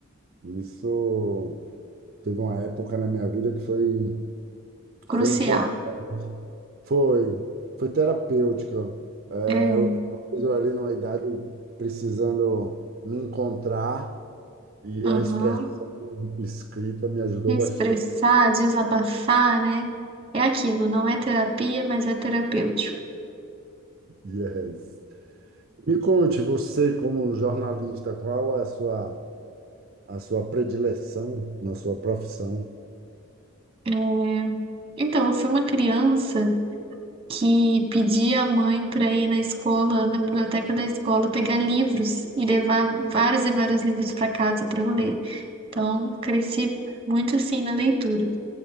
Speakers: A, on the right (about 45°); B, on the right (about 25°).
A: Isso teve uma época na minha vida que foi
B: crucial.
A: Foi importante. Foi, foi terapêutica. É,
B: É.
A: eu, talvez eu ali numa idade precisando me encontrar e
B: Aham.
A: a expressão escrita me ajudou
B: de expressar,
A: bastante.
B: desabafar, né? É aquilo, não é terapia, mas é terapêutico.
A: Yes. Me conte, você como jornalista, qual é a sua, a sua predileção na sua profissão?
B: É, Então, eu fui uma criança que pedia à mãe para ir na escola, na biblioteca da escola, pegar livros e levar vários e vários livros para casa para eu ler. Então, cresci muito assim na leitura.